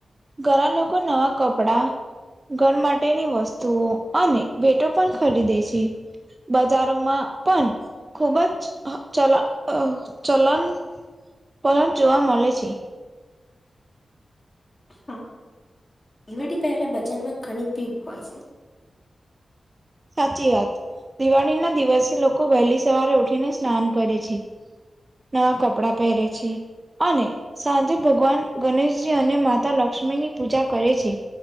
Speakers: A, on the right; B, on the left.
A: ઘણા લોકો નવા કપડા, ઘર માટેની વસ્તુઓ અને ભેટો પણ ખરીદે છે, બજારોમાં પણ, ખુબ જ ચલા, અ, ચલનપલ જોવા મલે છે,
B: હા, દિવાળી પહેલા બજારમાં ઘણી ભીડ હોય છે,
A: સાચી વાત, દિવાળીના દિવસે લોકો વહેલી સવારે ઉઠીને સ્નાન કરે છે, ના કપડા પહેરે છે. અને સાંજે ભગવાન ગણેશજી અને માતા લક્ષ્મીની પૂજા કરે છે.